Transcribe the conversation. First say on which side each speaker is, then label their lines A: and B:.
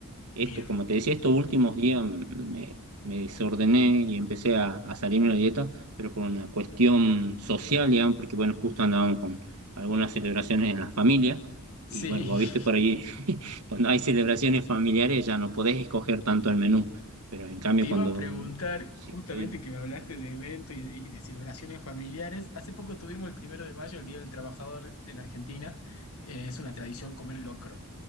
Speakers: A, on the right (about 85°); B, on the left (about 70°).
A: Esto,
B: Bien.
A: como te decía, estos últimos días me, me desordené y empecé a, a salirme de la dieta, pero por una cuestión social, digamos, porque bueno, justo andábamos con algunas celebraciones en la familia,
B: Sí.
A: y bueno, vos
B: <laughs>
A: viste por ahí, <laughs> cuando hay celebraciones familiares ya no podés escoger tanto el menú, pero en cambio
B: Te
A: cuando
B: iba a preguntar,
A: sí,
B: justamente
A: estoy,
B: que me hablaste de eventos y de, y de celebraciones familiares. Hace poco tuvimos el primero de mayo, el Día del Trabajador en Argentina. Eh, es una tradición comer locro.